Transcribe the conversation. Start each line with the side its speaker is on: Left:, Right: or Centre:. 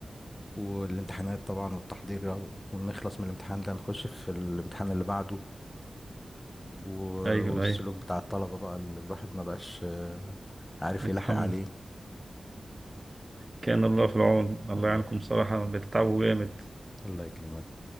Left: والامتحانات طبعا والتحضير ونخلص من الامتحان ده نخش في الامتحان اللي بعده و-
Right: ايوه
Left: والسلوك
Right: ايوه
Left: بتاع الطلبة بقى اللي الواحد ما بقاش آه، عارف
Right: بتحمل
Left: يلاحق عليه
Right: كان الله في العون الله
Left: الله
Right: يعينكم
Left: يخليك
Right: صراحة بتتعبوا جامد
Left: الله يكرمك